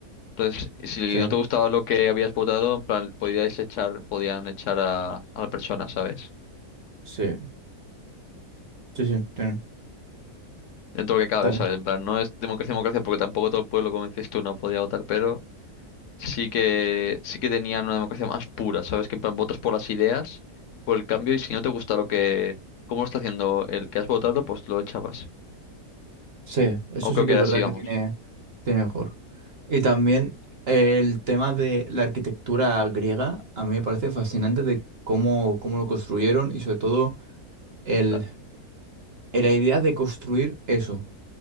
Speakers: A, on the left (about 65°); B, on the right (about 50°).
A: Entonces, si
B: Sí,
A: no te gustaba lo que habías votado, en plan, podíais echar, podían echar a, a la persona, ¿sabes?
B: sí, sí, sí, tiene-
A: Dentro de lo que cabe,
B: está bien.
A: ¿sabes? En plan, no es democracia, democracia, porque tampoco todo el pueblo, como decías tú, no podía votar, pero... sí que sí que tenían una democracia más pura, ¿sabes? Que en plan votas por las ideas, por el cambio, y si no te gusta lo que, cómo lo está haciendo el que has votado, pues lo echabas.
B: Sí, eso
A: O creo
B: sí que
A: que
B: es
A: era
B: verdad
A: así, vamos.
B: que tiene, tiene mejor. Y también el tema de la arquitectura griega, a mí me parece fascinante de cómo, cómo lo construyeron y sobre todo el,
A: Da-
B: la idea de construir eso.